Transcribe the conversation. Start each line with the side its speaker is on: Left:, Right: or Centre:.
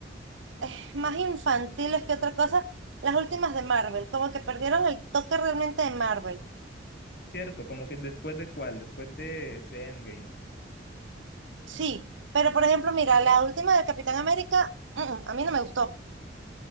Right: eh, más infantiles que otra cosa. Las últimas de Marvel, como que perdieron el toque realmente de Marvel.
Left: Cierto, como que después de cuál, después de de Endgame.
Right: Sí, pero por ejemplo, mira, la última del Capitán América, mm, mm, a mí no me gustó.